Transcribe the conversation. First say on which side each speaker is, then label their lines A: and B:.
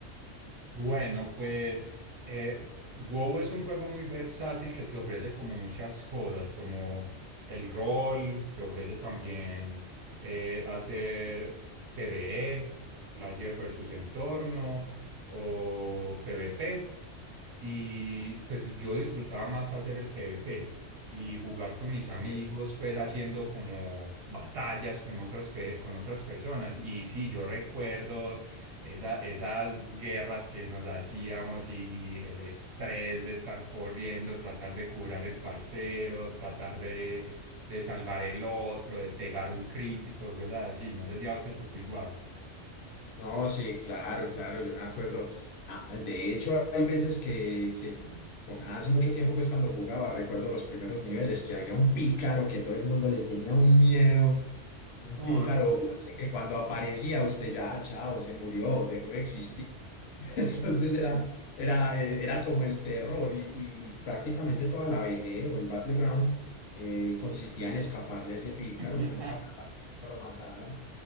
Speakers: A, on the right; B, on the left.
A: Bueno, pues eh, WoW es un juego muy versátil que te ofrece como muchas cosas, como el rol, te ofrece también eh, hacer PvE, player versus entorno o PvP. Y pues yo disfrutaba más hacer el PvP y jugar con mis amigos,
B: Ok.
A: pues haciendo como batallas con otras, pe- con otras personas. Y sí, yo recuerdo Esa- esas guerras que nos hacíamos y, y el estrés de estar corriendo, tratar de curar el parcero, tratar de, de salvar el otro, de pegar un crítico, cosas así. No sé si a usted tocó igual.
B: No, sí, claro, claro, yo me acuerdo. Ah, de hecho, hay veces que, que cu- hace mucho tiempo, pues cuando jugaba, recuerdo los primeros niveles, que había un pícaro que todo el mundo le tenía un miedo, un
A: Uy.
B: pícaro parce, que cuando aparecía usted ya, "Ah, chao, se murió, dejó de existir. <laughs> Entonces era, era, eh, era como el terror y, y- y prácticamente toda la BG o el Battleground eh, consistía en escaparle a ese pícaro
A: <laughs>
B: que no lo agarrara, no lo matara.